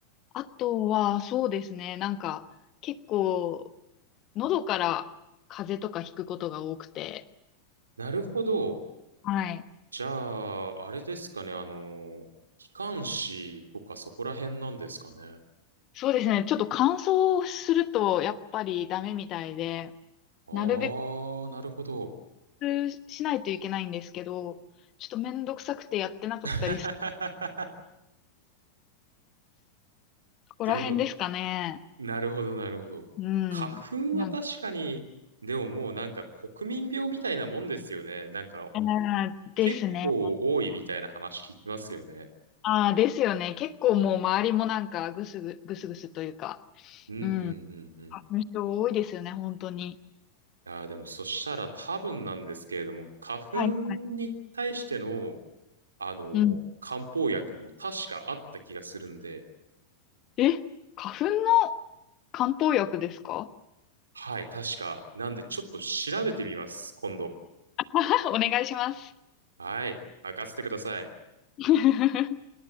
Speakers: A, on the left; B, on the right.
A: あとはそうですね、なんか結構喉から風邪とかひくことが多くて、
B: なるほど。
A: はい。
B: じゃあ、あれですかね。あの、機関士とかそこら辺なんですかね。
A: そうですね、ちょっと乾燥するとやっぱりダメみたいで、
B: ああ、
A: なるべ
B: なるほど。
A: くしないといけないんですけど、ちょっとめんどくさくてやってなかったりす、
B: <laughs>
A: ここら辺ですかね。
B: でも、なるほど、なるほど。
A: うん。
B: 花粉は確かに、
A: なん
B: でももうなんか国民病みたいなもんですよね。なんか
A: ああ、ですね。
B: 結構多いみたいな話聞きますよね。
A: ああ、ですよね。結構もう周りもなんかぐすぐ、ぐすぐすというか、
B: うんうんうんうん。
A: うん。花粉症多いですよね、本当に。
B: ああ、でもそしたら多分なんですけれども、花粉
A: はいはい。
B: に対してのあの、
A: うん。
B: 漢方薬も確かあった気がするんで、
A: え、花粉の漢方薬ですか
B: はい、確か。なんで、ちょっと調べてみます、今度。
A: <laughs> お願いします。
B: はい、任せてください。
A: <laughs>